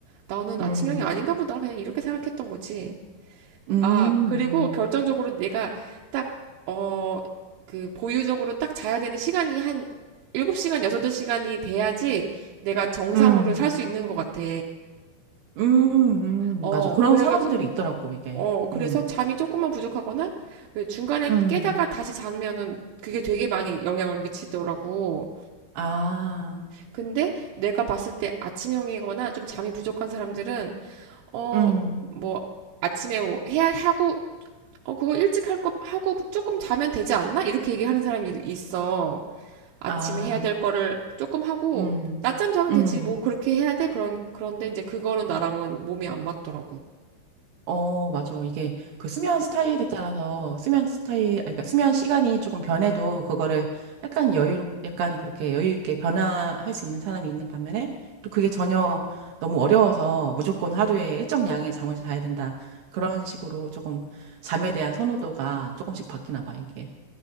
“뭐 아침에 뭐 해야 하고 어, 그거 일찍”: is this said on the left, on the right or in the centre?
Right